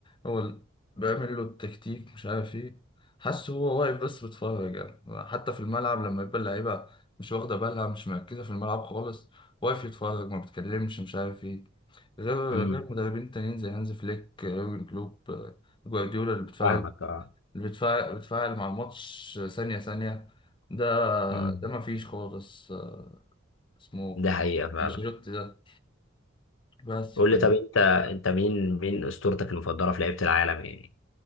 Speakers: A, on the left (about 25°); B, on the left (about 70°).
A: هو اللي بيعمل له التكتيك مش عارف ايه حاسه هو واقف بس بيتفرج يعني حتى في الملعب لما يبقى اللعيبه مش واخده بالها مش مركزه في الملعب خالص واقف يتفرج ما بيتكلمش مش عارف ايه غير
B: امم
A: غير مدربين تانيين زي هانز فليك آه، يورجن كلوب آه، جوارديولا اللي بتفاعل
B: فاهمك اه
A: بتفاعل بتفاعل مع الماتش ثانية ثانية ده
B: مم.
A: ده ما فيش خالص آه، اسمه
B: ده حقيقة فعلا
A: انشيلوتي ده بس
B: قول
A: ف-
B: لي طب انت انت مين مين اسطورتك المفضلة في لعيبة العالم يعني